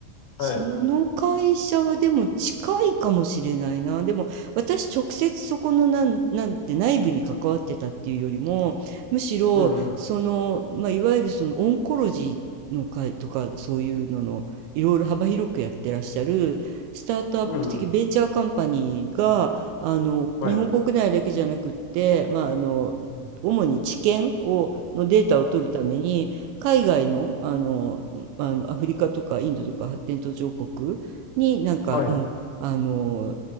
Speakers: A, on the left; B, on the right.
A: はい。
B: その会社はでも近いかもしれないな。でも私直接そこのなん、なんて内部に関わってたっていうよりも、むしろその、
A: うんうん。
B: まあ、いわゆるそのオンコロジーの会とかそういうののいろいろ幅広くやってらっしゃるスタートアップ的ベンチャーカンパニーが、
A: うんうん。
B: あの、
A: はい。
B: 日本国内だけじゃなくって、まあ、あの、
A: うん
B: 主に治験を、のデータを取るために、海外の、あのあのアフリカとかインドとか発展途上国になんか、
A: はい。
B: うん、
A: う
B: あの、